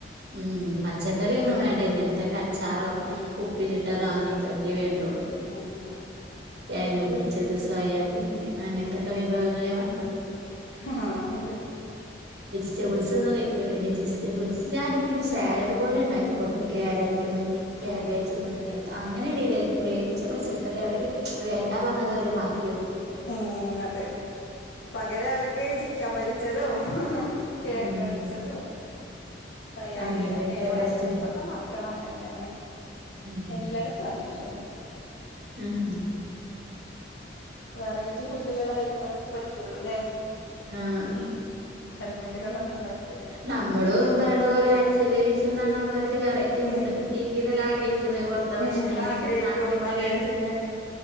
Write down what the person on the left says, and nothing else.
ഉം
ഉം അതെ
ഹാ ഹാ അതേ
ഉം ഉം
ഉം കൂട്ടിട്ടിട്ട്
മ് മ അതേ പകരം അവർക്ക് ചിക്കൻ പൊരിച്ചതും- ഹ്ഹ ഹ കിഴങ്ങ്
പൊരിച്ചതും സോയാബീനൊക്കെയാണ്
വേണ്ടത്
ഇപ്പത്തെ മക്കള് അങ്ങനെ- തന്നെ
എല്ലായിടത്തും അങ്ങനെ തന്നെ
വെറൈറ്റി ഫുഡുകളെ അവർക്ക് പറ്റുള്ളു ല്ലേ
ഫുഡുകളൊന്നും പറ്റില്ല
ഉം
ഉം
ആഗ്രഹിക്കും
അതെ
ശരിയാണ്